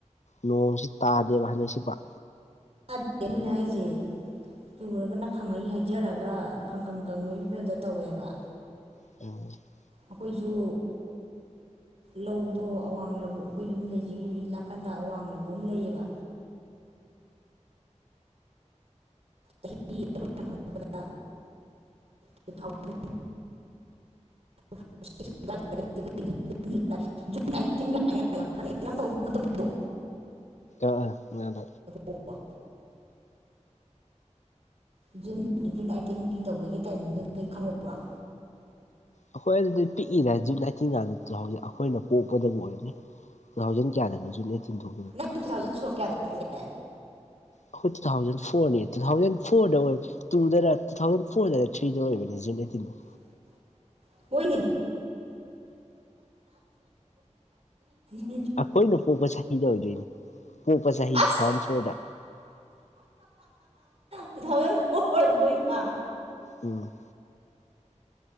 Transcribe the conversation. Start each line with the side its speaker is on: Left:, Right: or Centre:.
Left: ꯅꯣꯡꯁꯤ ꯇꯥꯗꯦꯕ ꯍꯟꯗꯛꯁꯤ ꯄꯥꯛ
Right: ꯇꯥꯗꯦ ꯑꯗꯨꯅꯦ ꯍꯥꯏꯖꯦ ꯆꯨꯔꯒꯅ ꯈꯪꯍꯩ ꯍꯩꯖꯔꯒ ꯈꯪꯀꯪ ꯀꯪꯕꯩ ꯐꯤꯕꯝꯗ ꯇꯧꯋꯦꯕ
Left: <unintelligible>
Right: ꯑꯈꯣꯏꯖꯨ ꯂꯧꯗꯣ ꯑꯋꯥꯡ ꯂꯕꯨꯨꯛ ꯑꯈꯣꯏ ꯌꯨꯝ ꯂꯩꯖꯤ ꯂꯥꯛꯀꯥꯟꯗ ꯑꯋꯥꯡ ꯂꯕꯨꯛ ꯑꯃ ꯂꯩꯌꯦꯕ <unintelligible> ꯑꯈꫭꯏꯅ ꯈꯪꯉꯛꯄꯗ ꯇꯨ ꯊꯥꯎꯖꯟ <unintelligible> ꯖꯨꯟ ꯑꯥꯏꯇꯤꯟ ꯒꯥꯏꯅ ꯌꯥꯝ ꯀꯟꯅ ꯏꯔꯥꯡ ꯇꯧꯕ ꯃꯇꯝꯗꯣ
Left: ꯑ ꯏꯌꯥꯝꯕ
Right: ꯀꯣꯕ ꯖꯨꯟ ꯖꯨꯟ ꯑꯥꯏꯠꯇꯤꯟꯒꯤ ꯇꯧꯕꯒꯤ ꯇꯥꯏꯃꯤꯡꯗꯣ ꯅꯣꯏ ꯈꯪꯉꯧꯕ꯭ꯔꫭ
Left: ꯑꯈꯣꯏ ꯑꯗꯨꯗꯤ ꯄꯤꯛꯏꯗ ꯖꯨꯟ ꯑꯥꯏꯠꯟꯇꯤꯟ ꯀꯥꯟꯗ <unintelligible> ꯑꯈꯣꯏꯅ ꯄꯣꯛꯄꯗꯕꯨ ꯑꯣꯏꯔꯝꯅꯤ ꯇꯨ ꯊꯥꯎꯖꯟ ꯀꯌꯥꯗꯅꫭ ꯖꯨꯟ ꯑꯥꯏꯠꯇꯤꯟ ꯊꯣꯛ
Right: ꯅꯪ ꯇꯨ ꯊꯥꯎꯖꯟ ꯁꯣꯛ ꯀꯌꯥꯗ ꯄꫭꯛꯀꯦ
Left: ꯑꯈꯣꯏ ꯇꯨ ꯊꯥꯎꯖꯟ ꯐꯣꯔꯅꯦ ꯇꯨ ꯊꯥꯎꯖꯟ ꯐꯣꯔꯗ ꯑꯣꯏ ꯇꯨꯗꯔ ꯇꯨ ꯊꯥꯎꯖꯟ ꯐꯣꯔ ꯗꯔ ꯊ꯭ꯔꯤ ꯗꯔ ꯑꯣꯏꯕꯅꯦ ꯖꯨꯟ ꯑꯥꯥꯏꯠꯇꯤꯟꯗꫭ
Right: <inaudible> ꯃꯣꯏ <unintelligible>
Left: ꯑꯈꯣꯏꯅ ꯄꯣꯛꯄ ꯆꯍꯤꯗ ꯑꯣꯏꯗꯣꯏꯅꯤ ꯄꯣꯛꯄ ꯆꯍꯤ
Right: ꯑꯁ
Left: ꯇꯨ ꯊꯥꯎꯖꯟ ꯐꯣꯔꯗ
Right: ꯇꯨ ꯊꯥꯎꯖꯟ ꯐꯣꯔꯗ ꯄꯣꯛꯏꯕ
Left: ꯎꯝ